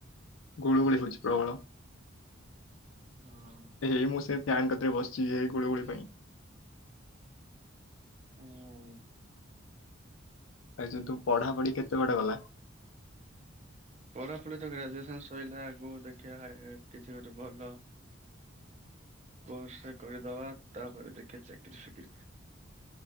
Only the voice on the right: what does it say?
ହଁ।
ହୁଁ।
ପଢାପଢି ତ ଗ୍ରାଜୁଏସନ ସରିଲା ଆଗକୁ ଦେଖିବା କିଛି ଗୋଟେ ଭଲ କୋର୍ସ କରି ଦେବା ତାପରେ ଦେଖେ ଚାକିରରି ଫକରି